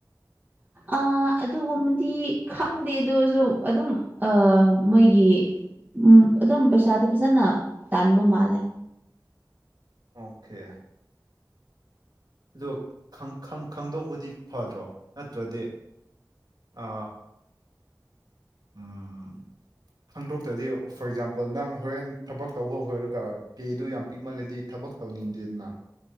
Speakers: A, on the right (about 20°); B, on the right (about 65°).
A: ꯑ ꯑꯗꯨꯒꯨꯝꯕꯗꯤ ꯈꯪꯗꯦ ꯑꯗꯨꯖꯨ ꯑꯗꯨꯝ ꯑ ꯃꯣꯏꯒꯤ ꯎꯝ ꯑꯗꯨꯝ ꯄꯩꯁꯥꯗꯤ ꯐꯖꯅ ꯇꯥꯟꯕ ꯃꯥꯜꯂꯦ
B: ꯑꯣꯀꯦ ꯑꯗꯨ ꯈꯪ ꯈꯪ ꯈꯪꯗꯣꯛꯄꯗꯤ ꯐꯗ꯭ꯔꯣ ꯅꯠꯇ꯭ꯔꯗꯤ ꯑ ꯎꯝ ꯈꯪꯗꯣꯛꯇ꯭ꯔꯗꯤ ꯐꯣꯔ ꯑꯦꯛꯖꯥꯝꯄꯜ ꯅꯪ ꯍꯣꯔꯦꯟ ꯊꯕꯛ ꯇꯧꯕ ꯍꯣꯏꯔꯒ ꯄꯦꯗꯨ ꯌꯥꯝ ꯄꯤꯛꯃꯜꯂꯗꯤ ꯊꯕꯛ ꯇꯧꯅꯤꯡꯗꯦꯅ